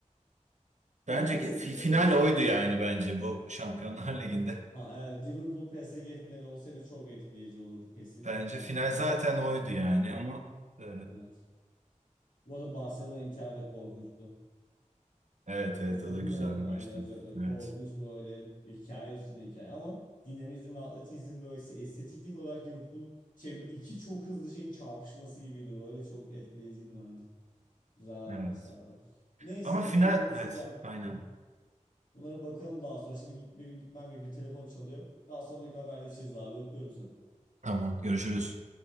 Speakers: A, on the left (about 80°); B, on the right (about 60°).
A: Ben
B: bence
A: PSG'yi
B: ki- fi- final
A: böyle
B: oydu yani bence bu Şampiyonlar <laughs> Ligi'nde.
A: ha, evet, Liverpool PSG finali olsaydı çok etkileyici olurdu kesinlikle
B: Bence
A: yani.
B: final
A: İnanılmaz.
B: zaten oydu yani ama e,
A: Evet. Bu arada Barcelona Inter de korkunçtu.
B: evet evet
A: İzledin
B: o da güzel
A: mi? Hani
B: bir maçtı.
A: özellikle korkunç
B: Evet.
A: böyle hikaye üstüne hikaye ama dinamizm ve atletizm böyle se- estetiklik olarak Liverpool şey bu iki çok hızlı şeyin çarpışması gibiydi böyle çok etkileyiciydi bence. Güzel
B: Evet.
A: maçlardı. Neyse
B: Ama
A: bunları
B: final
A: konuşacağım.
B: evet aynen.
A: Hı. Bunlara bakalım daha sonra. Şimdi benim gitmem gerekiyor. Telefon çalıyor. Daha sonraki haberleşiriz abi. Öpüyorum seni.
B: Tamam görüşürüz.